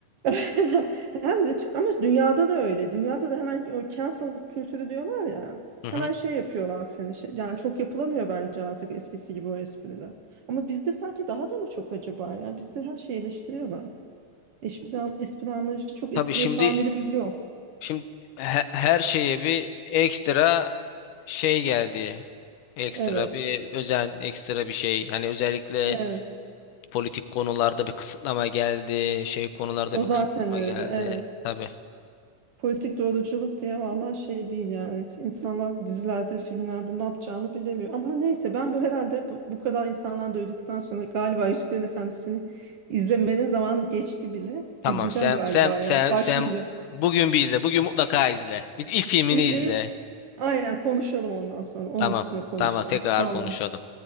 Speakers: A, on the right; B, on the left.
A: <laughs> Hem de Türk ama dünyada da öyle. Dünyada da hemen o cancel kültürü diyorlar ya.
B: <laughs> Hı
A: Hemen
B: hı.
A: şey yapıyorlar seni. Şey, yani çok yapılamıyor bence artık eskisi gibi o espriler. Ama bizde sanki daha da mı çok acaba ya? Bizde her şeyi eleştiriyorlar. Espri, an- espri anlayışı çok espriye
B: Tabii şimdi
A: tahammülümüz yok.
B: şimdi he- her şeye bir ekstra şey geldi. Ekstra
A: Evet.
B: bir özen, ekstra bir şey. Hani özellikle
A: Evet.
B: politik konularda bir kısıtlama geldi, şey konularda
A: O
B: bir
A: zaten
B: kısıtlama
A: öyle.
B: geldi.
A: Evet.
B: Tabii.
A: Politik doğruculuk diye vallahi şey değil yani. İnsanlar dizilerde, filmlerde ne yapacağını bilemiyor. Ama neyse ben bu herhalde bu, bu kadar insandan duyduktan sonra galiba Yüzüklerin Efendisi'ni izlemenin zamanı geçti bile.
B: Tamam
A: İzleyeceğim
B: sen
A: galiba
B: sen
A: ya.
B: sen
A: Başlayacağım.
B: sen bugün bir izle. Bugün mutlaka izle. Bir ilk filmini
A: İzleyeyim.
B: izle.
A: Aynen konuşalım ondan sonra. Onun
B: Tamam.
A: üstüne konuşalım.
B: Tamam tekrar
A: Tamam.
B: konuşalım.